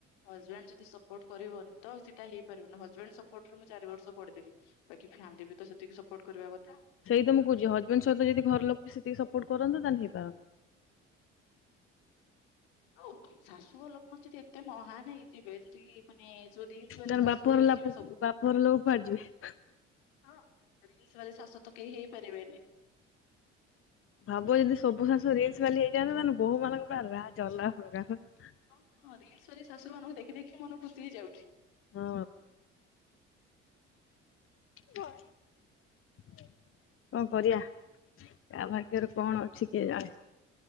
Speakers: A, on the left (about 65°); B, on the left (about 35°).
A: ହଜବେଣ୍ଡ ଯଦି ସପୋର୍ଟ କରିବନି। ତ ସେଟା ହେଇପାରିବନି ହଜବେଣ୍ଡ ସପୋର୍ଟ ରେ ମୁଁ ଚାରି ବର୍ଷ ପଢି ଦେଲି ବାକି ଫ୍ୟାମିଲି ବି ତ ସେତିକି ସପୋର୍ଟ କରିବା କଥା।
B: ସେଇ ତ ମୁଁ କହୁଛି ହଜବେଣ୍ଡ ସହିତ ଯଦି ଘର ଲୋକ ବି ସେତିକି ସପୋର୍ଟ କରନ୍ତେ ତାହେଲେ ହେଇପାରନ୍ତା
A: ହ ଆଉ ଓଭିଅସଲି ଶାଶୁ ଘର ଲୋକ ଯଦି ଏତେ ମହାନ ହେଇଯିବେ ଯଦି ମାନେ। ଯୋଉ ରିଲସ ବାଲି
B: ତାହେଲେ
A: ଶାଶୁ
B: ବାପଘର
A: ହେଇଯିବେ
B: ଲୋକ
A: ସବୁ
B: ବାପଘର ଲୋକ କୁଆଡେ ଯିବେ।
A: ହଁ। ରିଲସ ବାଲି ଶାଶୁ ତ କେହି ହେଇ ପାରିବେନି।
B: ଭାବ ଯଦି ସବୁ ଶାଶୁ ରିିଲସ ବାଲି ହେଇ ଯାଆନ୍ତେ ତାହେଲେ ବୋହୁ ମାନଙ୍କର ପୁରା ରାଜ ଅଲଗା ପ୍ରକାର ର।
A: ହଁ ହଁ ରିଲ୍ସ୍ ବାଲି ଶାଶୁ ମାନଙ୍କୁ ଦେଖି ଦେଖି ମନ ଖୁସି ହେଇଯାଉଛି।
B: ହଁ। କଣ କରିଆ କା ଭାଗ୍ୟରେ କଣ ଅଛି କିଏ ଜାଣେ।